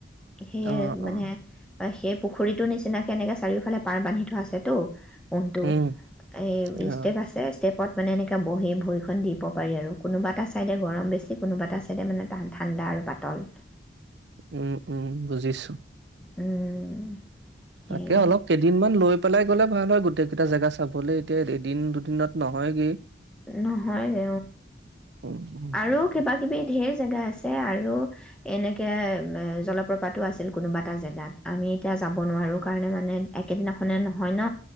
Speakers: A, in the centre; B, on the right (about 70°).
A: সেইয়ে
B: অ',
A: মানে
B: অ'।
A: সেই পুখুৰীতো নিচিনাকে এনেকে চাৰিওফালে পাৰ বান্ধি থোৱা আছে তো উটো
B: উম,
A: এই
B: অ',
A: ষ্টেপ আছে ষ্টেপত মানে এনেককা বহি ভৰিখন দিব পাৰি আৰু কোনোবা এটা চাইডে গৰম বেছি কোনোবা এটা চাইডে মানে ঠাণ্ডা আৰু পাতল
B: উম উম বুজিছো
A: উম সেই
B: তাকে অলপ কেইদিনমান লৈ পেলাই গ'লে ভাল হয় গোটেই কেইটা জেগা চাবলে এতিয়া এদিন দুদিনত নহয়গে
A: নহয় দে
B: উম, উম,
A: আৰু কিবা কিবি ধঢেৰ জেগা আছে আৰু এনেকৈ জলপ্ৰপাতো আছিল কোনোবা এটা জেগাত আমি এতিয়া যাব নোৱাৰোঁ কাৰণে মানে একেদিনাখনে নহয় ন